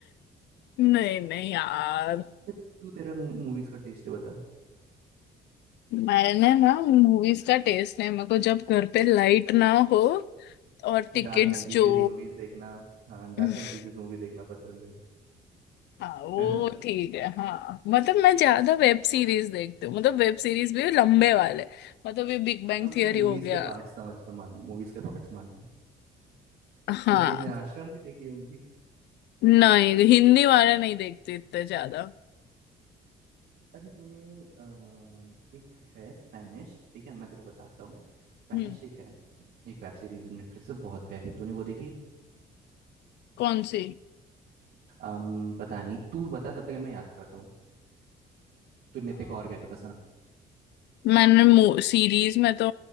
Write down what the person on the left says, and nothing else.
नहीं नहीं यार
मैंने ना मूवीज का टेस्ट नहीं मेरे को जब घर पे लाइट ना हो और टिकट्स
जो
<laughs>
हाँ वो
ठीक है हाँ मतलब मैं ज्यादा वेब सीरीज देखती हूँ मतलब वेब सीरीज भी लंबे वाले मतलब ये बिग बैंग
थियरी
हो गया
हाँ
नहीं हिंदी वाले नहीं देखती इतने ज्यादा
हम्म
कौन सी
मैंने सीरीज में तो